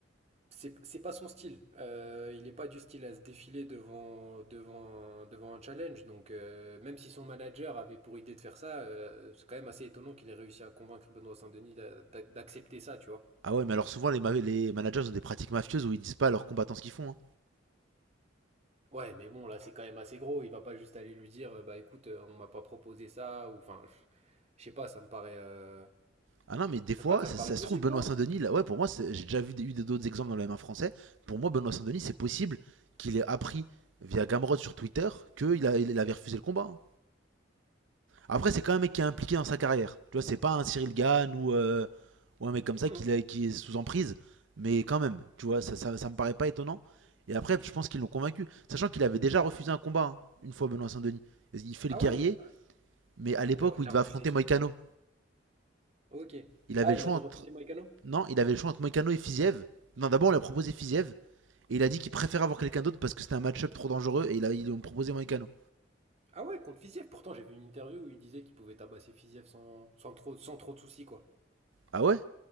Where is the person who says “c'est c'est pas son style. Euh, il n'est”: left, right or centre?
Right